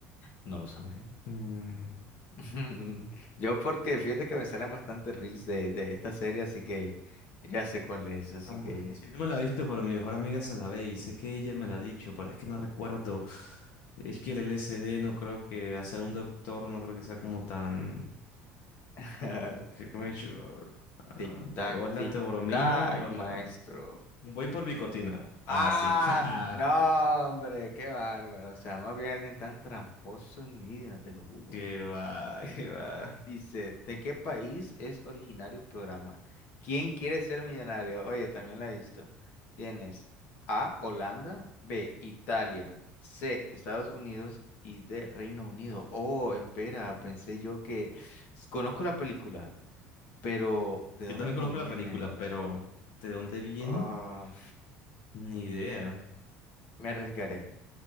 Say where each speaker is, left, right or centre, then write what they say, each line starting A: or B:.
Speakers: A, on the left; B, on the left.
A: no lo sabremos.
B: mm,
A: <laughs> Yo porque fíjate que me salen bastante reels de, de esta serie, así que ya sé cuál es, así
B: ah,
A: que...
B: yo no me la he visto, pero mi mejor amiga se la ve y sé que ella me la ha dicho, pero es que no recuerdo. Es que el LSD no creo que, hacer un doctor, no creo que sea como tan.
A: <laughs>
B: Sí, make sure. Ah,
A: Tic tac,
B: o es la
A: tic
B: teobromina
A: tac,
B: o la...
A: maestro.
B: Voy por bicotina. Ah,
A: Ah,
B: sí. <laughs> Jaja.
A: no, hombre, qué bárbaro. O sea, más bien alguien tan tramposo en mi vida, te lo juro.
B: Qué va,
A: <laughs>
B: qué va.
A: Dice, ¿de qué país es originario el programa? ¿Quién quiere ser millonario? Oye, también la he visto. Tienes A, Holanda, B, Italia, C, Estados Unidos y D, Reino Unido. Oh, espera, pensé yo que s- conozco la película, pero ¿de dónde
B: Yo también
A: proviene?
B: conozco la película, pero ¿de dónde viene?
A: Ah,
B: Ni idea.
A: me arriesgaré.